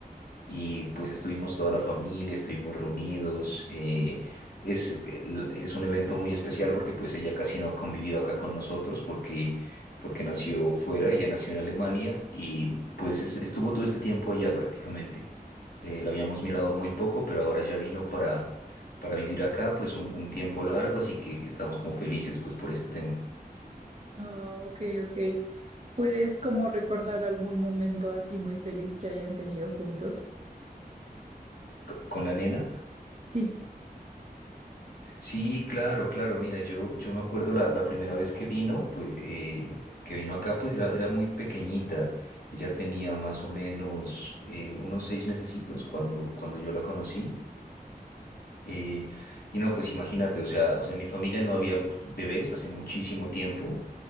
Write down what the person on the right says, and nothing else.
Ah, ok, ok. ¿Puedes como recordar algún momento así muy feliz que hayan tenido juntos?
Sí,